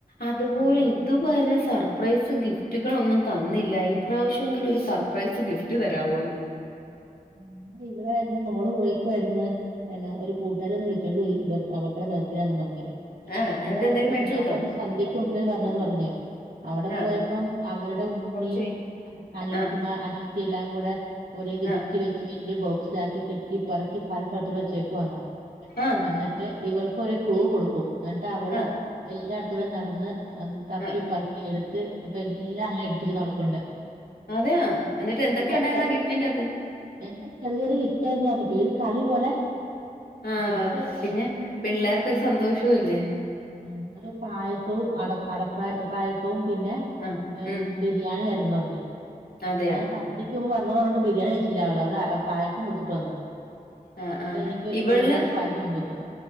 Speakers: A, on the left; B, on the right.
A: അതുപോലെ
B: ഉം.
A: ഇതുവരെ സർ സർപ്രൈസ് ഗിഫ്റ്റുകൾ ഒന്നും തന്നില്ല ഈ പ്ര്രാവശ്യമെങ്കിലും ഒരു സർപ്രൈസ് ഗിഫ്റ്റ് തരാവോന്ന്
B: അങ്ങനെ ഇവളെ എറെ മോള് പോയിക്കുവായിരുന്നു എന്നാ ഒരു കൂട്ടുകാരി ഒന്ന് വിളിച്ചോണ്ട് പോയി അവക്കടെ ബർത്ഡേന്നും പറഞ്ഞഞ്
A: ആഹ്
B: ഏട്ടന്റെട്ത്
A: എന്നിട്ട് എന്തേലും
B: പോയിട്ട്
A: മേടിച്ചു
B: ഞാൻ
A: കൊടുത്തോ?
B: പറഞ്ഞ സന്ധ്യക്ക് മുമ്പേ വരണം പറഞ്ഞഞ് അവിടെ
A: ആഹ്
B: പോയപ്പം അവരുടെ ഉമ്മിയും
A: കൊറച്ച് പോയി
B: അനിയത്തിമാ
A: ആഹ്
B: അനി യത്തിയെല്ലാം കൂടെ ഒരു ഗിഫ്
A: ആഹ്
B: റ്റ് വെച്ച് വലിയ ബോക്സിലാക്കി കെട്ടി പറക്കി പല സ്ഥലത്തിൽ വച്ചേക്കുവാന്നോ
A: ആഹ്
B: ന്നട്ട് ഇവൾക്ക് ഒര് ക്ലൂ കൊട്ക്കും. ന്നട്ട് അവള്
A: ആഹ്
B: എല്ലായിടത്തോടെയും നടന്ന് എ തപ്പിപ്പർക്കി
A: ആഹ്
B: എട്ത്ത് പ്പ എല്ലാങ്ങ് എട്പ്പിച്ച് നട കൊണ്ട്
A: അതെയാ, എന്നിട്ട് എന്തൊക്കെയുണ്ടായിരുന്നാ
B: എല്ലാം ചെ
A: ഗിഫ്റ്റിന്റെ ആത്ത്.
B: എല്ലാം ചെറിയൊരു ഗിഫ്റ്റായിരുന്നു പറഞ്ഞു പ്പേ ഒരു കളി പോലെ
A: ആഹ്
B: പിള്ളേര്
A: പിന്നെ
B: ഏഹ്
A: പിള്ളേർക്കൊരു സന്തോഷും അല്ലേ
B: ആഹ്, ഒരു പായസോം അട അടപ്രാ പായസോം പിന്നെ
A: ആഹ്
B: ഏ
A: ഉം
B: ബിരി ഞാൻ കെടന്ന് ഉറങ്ങി
A: അതെയാ
B: ഞാൻ സന്ധ്യ <unintelligible> മ്പ പർഞ്ഞു ബിരിയാണി കഴിച്ചില്ല്യ അവള്. അവള് പായസം കുട്ച്ചിട്ട് വന്ന്.
A: ആഹ്‌,
B: എന്നിട്ട്
A: ആഹ്
B: എനിക്കൊരു
A: ഇവള്
B: ഒരു ഗ്ലാസ് പായസം കൊണ്ടുവന്ന്